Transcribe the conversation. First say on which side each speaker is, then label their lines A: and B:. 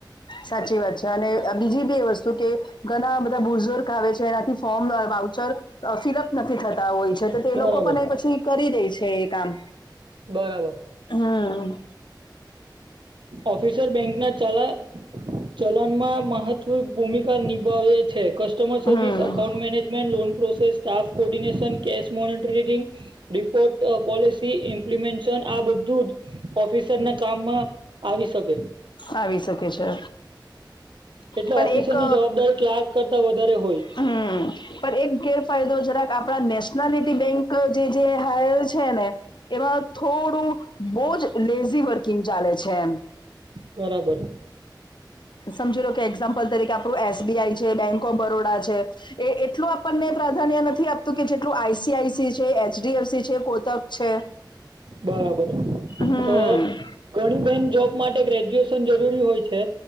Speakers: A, on the left (about 70°); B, on the right (about 80°).
A: સાચી વાત છે અને બીજી બી એ વસ્તુ કે ઘણા બધા બુર્ઝુર્ગ આવે છે. જેનાથી ફોર્મ બાઉચર આ ફિલઅપ નથી થતા હોય છે તો તે
B: બરાબર
A: લોકો પણ એ પછી કરી દે છે એ કામ
B: બરાબર
A: હમ્મ
B: ઓફિસર બેંક ના ચલા ચલનમાં મહત્વ ભૂમિકા નિભાવે છે કસ્ટમર
A: હમ
B: સર્વિસ account manage management loan process staff coordination cash monitoring report policy implementation આ બધું જ ઓફિસર ના કામમાં આવી શકે.
A: આવી શકે છે.
B: એટલે
A: પણ
B: ઓફિસર
A: એક
B: ની જવાબદારી ક્લારક કરતા વધારે હોય.
A: હમ પણ એક ગેરફાયદો જરાક આપણા નેશનાલિટી બેંક જે જે હાયર છે ને એમાં થોડું બહુ જ લેઝી વર્કિંગ ચાલે છે એમ.
B: બરાબર.
A: સમજી લો કે એક્ઝામ્પલ તરીકે આપણું એસ બી આઈ છે બેંક ઓફ બરોડા છે. એ એટલું આપણને પ્રાધાન્ય નથી આપ તો કે જેટલું આઈ સી આઈ સી છે એચ ડી એફ સી છે કોથક છે.
B: બરાબર
A: હમ
B: તો ઘણી બેન જોબ માટે ગ્રેજ્યુએશન જરૂરી હોય છે.